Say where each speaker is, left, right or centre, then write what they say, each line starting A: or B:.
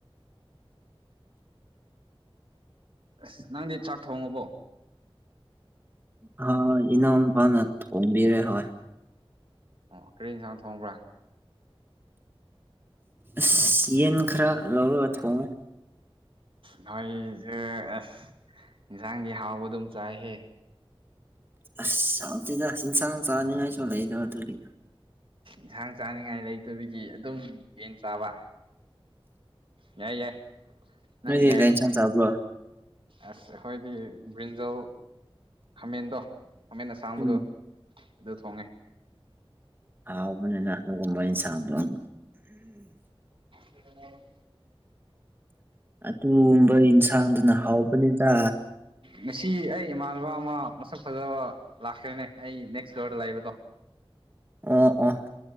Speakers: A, on the right; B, on the right.
A: ꯑꯁ ꯅꯪꯗꯤ ꯆꯥꯛ ꯊꯣꯡꯉꯕꯣ
B: ꯍ ꯏꯅꯎ ꯐꯅ ꯊꯝꯕꯤꯔꯦ ꯍꯣꯏ
A: ꯑꯣ ꯀꯔꯤ ꯌꯦꯟꯁꯥꯡ ꯊꯣꯡꯕ꯭ꯔꯥ
B: ꯑꯁ ꯌꯦꯟ ꯈꯔ ꯂꯧꯔꯒ ꯊꯣꯡꯉꯨ
A: ꯅꯣꯏꯁꯨ ꯑꯁ ꯏꯟꯁꯥꯡꯗꯤ ꯍꯥꯎꯕ ꯑꯗꯨꯝ ꯆꯥꯏꯍꯦ
B: ꯑꯁ ꯆꯥꯎꯇꯤꯗ ꯏꯟꯁꯥꯡ ꯆꯥꯅꯤꯡꯉꯥꯏꯁꯨ ꯂꯩꯗꯕ ꯑꯗꯨꯒꯤꯅ
A: ꯑ ꯏꯟꯁꯥꯡ ꯆꯥꯅꯤꯡꯉꯥꯏ ꯂꯩꯇꯕꯒꯤ ꯑꯗꯨꯝ ꯌꯦꯟ ꯆꯥꯕ ꯌꯥꯏ ꯌꯥꯏ ꯅꯪ
B: ꯅꯗꯤ
A: ꯌꯥꯏ
B: ꯀꯩꯩꯅꯁꯟ ꯆꯕ
A: ꯑꯁ ꯑꯩꯈꯣꯏꯗꯤ ꯕ꯭ꯔꯤꯟꯖꯣ ꯈꯥꯃꯦꯟꯗꯣ ꯈꯃꯦꯠꯅ ꯁꯥꯡꯕꯗꯣ
B: ꯎꯝ
A: ꯑꯗꯨ ꯊꯣꯡꯉꯦ
B: ꯍꯥꯎꯅꯦꯅꯥ ꯁꯥꯥꯟꯗ
A: ꯑꯣ
B: ꯑꯗꯨꯒꯨꯝꯕ ꯌꯦꯟꯁꯥꯡꯗꯨꯅ ꯍꯥꯎꯕꯅꯤꯗ
A: ꯉꯁꯤ ꯑꯩ ꯏꯃꯥꯟꯅꯕ ꯑꯃ ꯃꯁꯛ ꯐꯖꯕ ꯂꯥꯛꯈ꯭ꯔꯦꯅꯦ ꯑꯩ ꯅꯦꯛꯁ ꯗꯣꯔꯗ ꯂꯩꯕꯗꯣ <inaudible>
B: ꯑ ꯑ